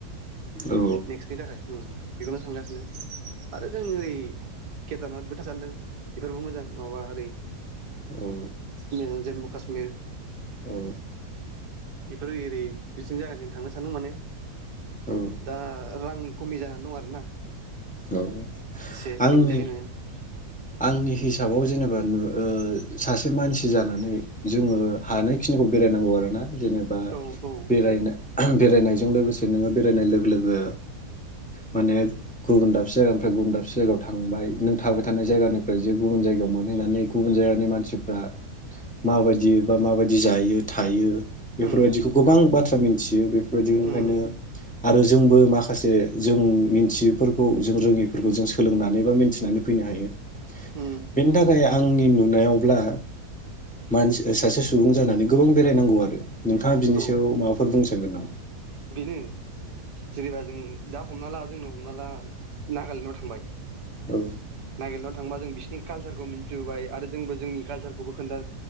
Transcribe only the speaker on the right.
नेक्सटनि थाखाय ओम बेखौनो सानगासिनो आरो जों ओरै केदारनाथ <unintelligible> सानदों बेफोरबो मोजां माबा ओरै
नो जुम्मु काश्मिर
बेफोर ओरै बिथिं जायगाथिं थांनो सानदों माने
दा रांनि खमि जानानै दं आरोना
एसे
बिनि थाखायनो
औ औ
उम
उम
उम
औ
बेनो जेनेबा जों दा हमना ला जोंनो हमना ला नागालेण्डआव थांबाय
नागालेण्डआव थांबा जों बिसिनि कालसारखौ मिनथिबाय आरो जोंबो जोंनि कालसारखौबो खोनथा